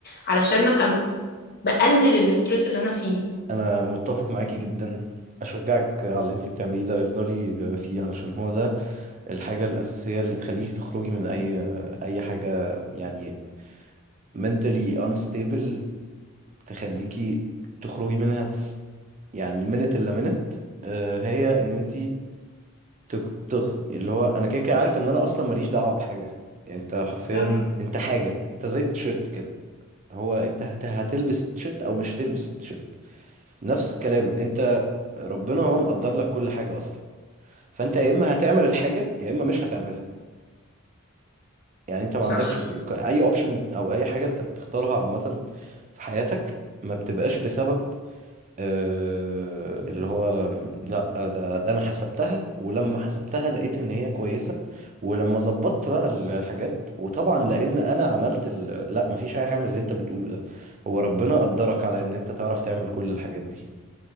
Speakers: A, on the left; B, on the right.
A: علشان أبقى م- بقلل الاسترس اللي أنا فيه
B: انا متفق معاكي جدا اشجعك على اللي انت بتعمليه ده افضلي فيه علشان هو ده الحاجه الاساسيه اللي تخليكي تخرجي من اي اي حاجه يعني mentally unstable تخليكي تخرجي منها في يعني minute الا minute آه، هي ان انت تك تك اللي هو انا كده كده عارف ان انا اصلا ماليش دعوه بحاجه يعني انت حرفيا
A: صح
B: انت حاجه انت زي التيشيرت كده هو انت هت- هتلبس تيشيرت او مش تلبس تيشيرت نفس الكلام انت ربنا هو مقدر لك كل حاجه اصلا فانت يا اما هتعمل الحاجه يا اما مش هتعملها يعني انت ما
A: صح
B: عندكش اي اوبشن او اي حاجه انت بتختارها عامه في حياتك ما بتبقاش بسبب آه، اللي هو لا ده, ده انا حسبتها ولما حسبتها لقيت ان هي كويسة ولما ظبطت بقى الحاجات وطبعا لان انا عملت ال... لا مفيش اي حاجة من اللي انت بتقوله ده هو ربنا قدرك على ان انت تعرف تعمل كل الحاجات دي